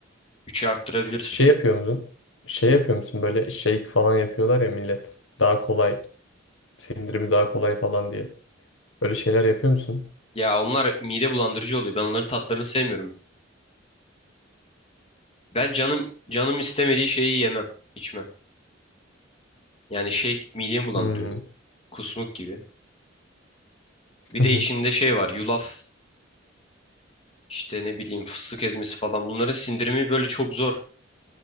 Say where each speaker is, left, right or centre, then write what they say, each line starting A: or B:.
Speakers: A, on the left; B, on the left.
A: 3'e arttırabilirsin.
B: Şey yapıyor musun? Şey yapıyor musun böyle shake falan yapıyorlar ya millet. Daha kolay. Sindirimi daha kolay falan diye. Öyle şeyler yapıyor musun?
A: Ya onlar mide bulandırıcı oluyor. Ben onların tatlarını sevmiyorum. Ben canım canım istemediği şeyi yemem, içmem. Yani şey midemi bulandırıyordu.
B: Hmm.
A: Kusmuk gibi. Bir
B: <laughs>
A: de içinde şey var. Yulaf, işte ne bileyim fıstık ezmesi falan. Bunların sindirimi böyle çok zor.